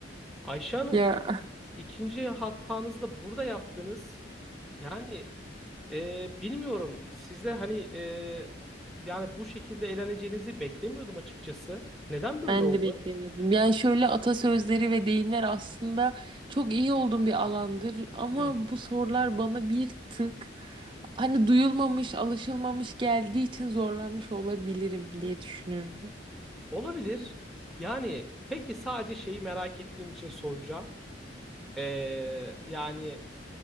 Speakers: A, in the centre; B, on the right (about 25°).
A: Ayşe Hanım,
B: Ya.
A: ikinci hatanızı da burada yaptınız. Yani Ee, bilmiyorum. Sizde hani e, yani bu şekilde eğleneceğinizi beklemiyordum açıkçası. Neden böyle
B: Ben
A: oldu?
B: de beklemiyordum. Yani şöyle atasözleri ve deyimler aslında çok iyi olduğum bir alandır ama
A: Hı hı.
B: bu sorular bana bir tık hani duyulmamış, alışılmamış geldiği için zorlanmış olabilirim diye düşünüyorum.
A: Olabilir. Yani peki sadece şeyi merak ettiğim için soracağım. Ee, yani